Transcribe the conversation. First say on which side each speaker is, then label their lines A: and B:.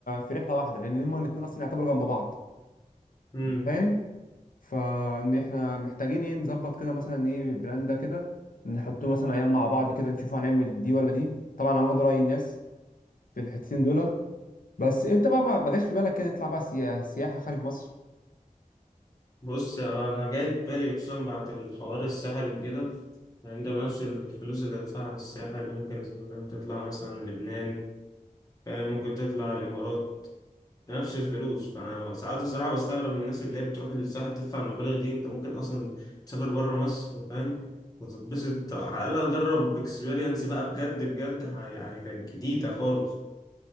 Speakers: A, on the left (about 75°); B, on the left (about 25°).
A: في رحله واحده لان هما الاثنين اصلا يعتبروا جنب بعض
B: مم.
A: انت فاهم فان احنا محتاجين ايه نظبط كده مثلا ايه البلان ده كده نحطه مثلا ايام مع بعض كده نشوف هنعمل دي ولا دي طبعا انا هاخد رأي الناس في الحتتين دول بس انت بقى ما ما جاش في بالك كده تطلع بقى سيا- سياحة خارج مصر
B: بص يا- انا جاي في بالي خصوصا بعد الحوار الساحل وكده يعني انت بنفس الفلوس اللي هتدفعها في الساحل ممكن مثلاً تطلع مثلا لبنان فاهم؟ ممكن تطلع الامارات نفس الفلوس فانا ساعات الصراحه بستغرب الناس اللي هي بتروح للساحل تدفع المبالغ دي انت ممكن اصلا تسافر بره مصر فاهم وتتبسط على الاقل تجرب اكسبيرينس بقى بجد بجد ح- يعني كانت جديده خالص